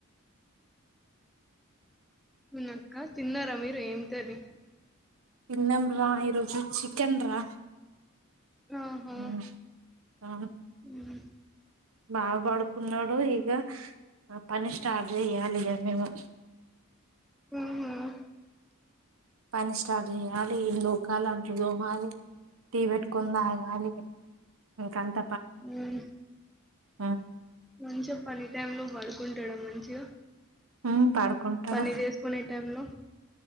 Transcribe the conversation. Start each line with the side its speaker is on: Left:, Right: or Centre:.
Centre: అవునక్క తిన్నారా మీరు ఏమి కర్రీ
Right: ఏం రా ఈరోజు చికెన్ రా
Centre: ఆహా
Right: ఉమ్, అవును
Centre: హ్మ్
Right: బాగా పడుకున్నాడు ఇక పని స్టార్ట్ చెయ్యాలిగా మేము
Centre: మ్మ్ హ్మ్
Right: పని స్టార్ట్ చేయాలి లోకాల అంట్లు దోమాలి టీ పెట్టు కుందగాలి ఇంకంత
Centre: మ్మ్
Right: హ్మ్
Centre: మంచిగా పని టైమ్ లో పడుకుంటాడ మంచిగా
Right: హ్మ్ పడుకుంటాడు
Centre: పని చేసుకునే టైం లో